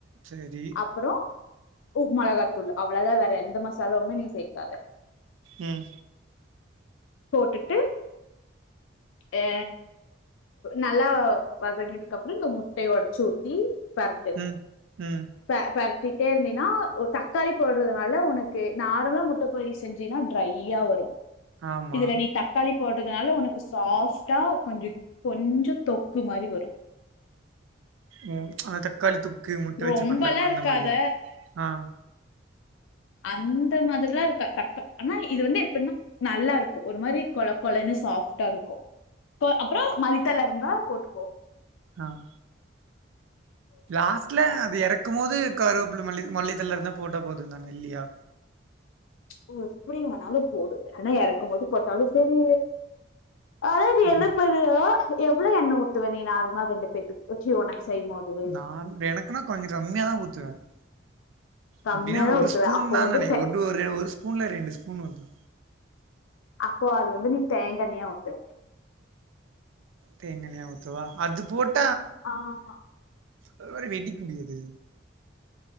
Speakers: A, on the right; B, on the left.
A: சரி
B: அப்பறோ உ மெளகா த்தூள் அவ்ளதா வேற எந்த மசாலாவுமே நீ சேக்காத
A: உம்
B: போட்டுட்டு ஏ நல்லா வதங்கனதுக்கு அப்புறம் இந்த முட்டையை ஒடச்சு ஊத்தி பேரட்டு
A: ம் ம்
B: பே பேர சுட்டிட்டே இருந்தனா தக்காளி போடுறதுனால உனக்கு நார்மலா முட்டை பொரியல் செஞ்சுனா டிரைய்யா வரும்
A: ஆமா
B: இதுல நீ தக்காளி போடுறதுனால உனக்கு சாஃப்ட்டா கொஞ்சம் கொஞ்சம் தொக்கு மாதிரி வரும்
A: ஓ ஆ தக்காளி தொக்கு முட்டை வச்சு
B: ரொம்பல்லா
A: பண்றது அந்த
B: இருக்காத
A: மாரியா ஆஹ்
B: அந்த மாதிர எல்லாம் இருக்கா தக்க ஆனா இது வந்து எப்படின்னா நல்லா இருக்கும் ஒரு மாதிரி கொழ கொழன்னு சாஃப்ட்டா இருக்கும் அப்புறம் போட்டுக்கோ
A: ஆஹ் லாஸ்ட்ல அது இறக்கும் போது கருவேப்புல மல்ல மல்லித்தல்ல இருந்தா போட்டா போதும் தான இல்லியா
B: ஓ எப்படி வேணாலும் போடு ஆனா இறக்கும் போது போட்டாலும் சரி அதனா இது
A: ம்.
B: என்ன பண்ணுனா எவ்ளோ எண்ணெய் ஊத்துவ நீ நார்மல ரெண்டு பேத்துக்கு ச்சி உனக்கு செய்யும்போது
A: நான் எனக்குன்னா கொஞ்சம் கம்மியாதான் ஊத்துவேன்
B: கம்மியாதா
A: எப்பிடின்னா ஒரு
B: ஊத்துவ
A: ஸ்பூன்
B: அப்போ
A: தான்
B: வந்து
A: நினைக்கேன்
B: தே
A: ஒ ஒரு ஸ்பூன்ல ரெண்டு ஸ்பூன் ஊத்து
B: அப்போ அது வந்து நீ தேங்கா எண்ணெய்யா ஊத்து
A: தேங்கா எண்ணெய்யா ஊத்துவா அது போட்டு
B: ஆஹமா
A: ஒரு மாரி வெடிக்கும் டி அது